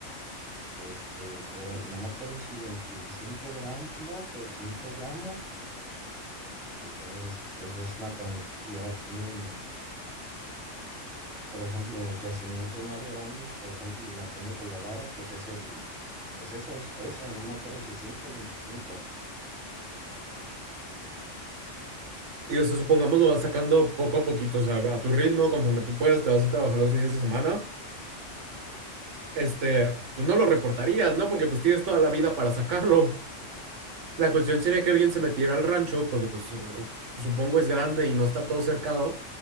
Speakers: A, in the centre; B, on the right.
A: este, creo, no me acuerdo si 25 gramos o 5 gramos, entonces pues es una cantidad mínima. Por ejemplo, los yacimientos más grandes, por ejemplo, la Peña Colorada, pues es el, pues eso, eso, no me acuerdo si 5 o 25.
B: Y o sea, supongamos lo vas sacando poco a poquito, o sea, a tu ritmo, conforme tú puedas, te vas a trabajar los fines de semana. este, pues no lo reportarías, ¿no? Porque pues tienes toda la vida para sacarlo. La cuestión sería que alguien se metiera al rancho, porque pues eh, supongo es grande y no está todo cercado,